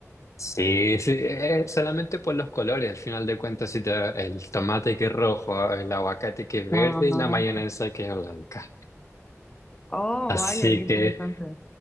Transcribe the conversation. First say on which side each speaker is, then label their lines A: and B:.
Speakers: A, on the left; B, on the left.
A: sí, sí, eh, solamente por los colores, al final de cuentas, si te- el tomate que es rojo, el aguacate que es verde
B: Ah,
A: y la mayonesa que es blanca.
B: Oh,
A: Así
B: vaya, qué interesante.
A: que